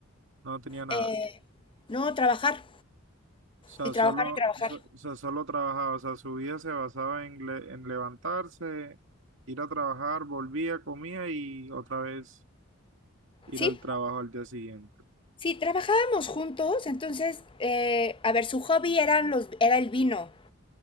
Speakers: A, on the right; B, on the left.
A: no tenía nada.
B: Eh, no, trabajar,
A: O sea,
B: y trabajar
A: solo,
B: y trabajar.
A: so- o sea, solo trabajaba. O sea, su vida se basaba en, le- en levantarse, ir a trabajar, volvía, comía y otra vez ir
B: Sí,
A: al trabajo al día siguiente.
B: sí, trabajábamos juntos, entonces, eh, a ver, su hobby eran los, era el vino,